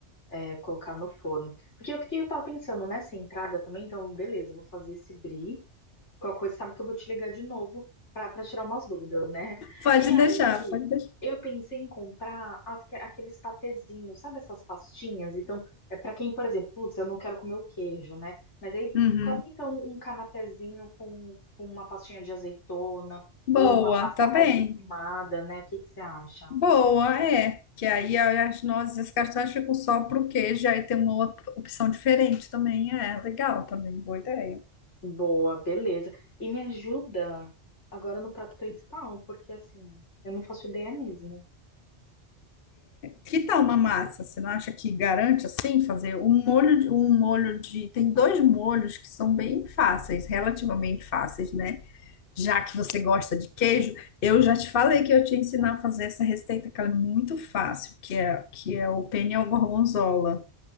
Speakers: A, on the left; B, on the left.
A: é, colocar no forno. Porque eu, que eu tava pensando nessa entrada também, então, beleza, eu vou fazer esse brie. Qualquer coisa, sabe que eu vou te ligar de novo pra pra tirar umas dúvidas, né?
B: Pode
A: E aí,
B: deixar, pode deixar.
A: eu pensei em comprar as que- aqueles patezinhos, sabe essas pastinhas? Então, é para quem, por exemplo, putz, eu não quero comer o queijo, né? Mas aí,
B: Uhum.
A: come então um canapézinho com, com uma pastinha de azeitona
B: Boa,
A: ou uma pasta
B: tá bem.
A: mais defumada, né? O que que você acha?
B: Boa, é. Que aí as nozes e as castanhas ficam só pro queijo, aí tem uma outra opção diferente também. É legal também, boa ideia.
A: Boa, beleza. E me ajuda agora no prato principal, porque assim, eu não faço ideia mesmo.
B: Que tal uma massa? Você não acha que garante assim fazer um molho de um molho de. Tem dois molhos que são bem fáceis, relativamente fáceis, né? Já que você gosta de queijo, eu já te falei que eu te ensinar a fazer essa receita, que ela é muito fácil, que é, que é o penne ao gorgonzola.